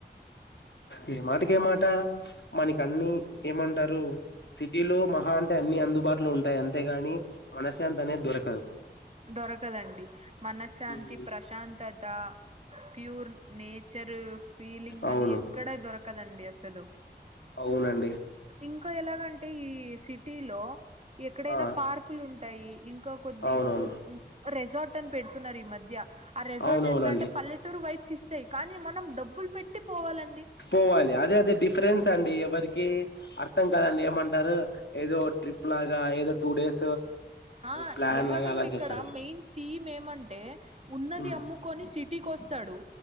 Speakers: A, on the left (about 85°); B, on the right (about 35°).
A: ఇ మాటకి ఇంకేం మాట మనక్ అన్ని ఏమంట్ అంటారు సిటీలో మహా అంటే అన్ని అందుబాటులో ఉంటాయి అంతేగాని మనశ్శాంతి అనేది దొరకదు
B: దొరకదండి మనశ్శాంతి
A: ఉమ్,
B: ప్రశాంతత ప్యూర్ నేచ ఫ్యూచర్ ఫీలింగ్
A: అవును
B: అని ఎక్కడ దొరక కదండి అసలు
A: అవునండి
B: ఇంకా ఎలాగంటే ఈ సిటీ లో ఎక్కడైనా
A: ఆ
B: పార్కులు ఉంటే ఉంటాయి ఇంకా కొద్ది
A: అవునవును
B: రిసార్ట్ ట్టన్ పెడుతున్నరు ఈ మద్య ఆ రెసార్ట్
A: అవునవునండి
B: ఎట్ల అంటే పల్లెటూరు తే కానీ మనం డబ్బులు పెట్టి పోవాలండి
A: పోవాలి అదే అదే డిఫరెన్స్ అండి ఎవరికి అర్థం కాదండి ఏమంటారు ఏదో ట్రిప్ లాగా ఏదో టూ డేస్
B: ఆ
A: ప్లాన్
B: ఎలాగంటే
A: లాగా అలా
B: ఇక్కడ
A: చేస్తారు
B: మెయిన్ థీమ్ ఏమంటే ఉన్నది
A: ఉమ్,
B: అమ్ముకొని సిటీకి వస్తాడు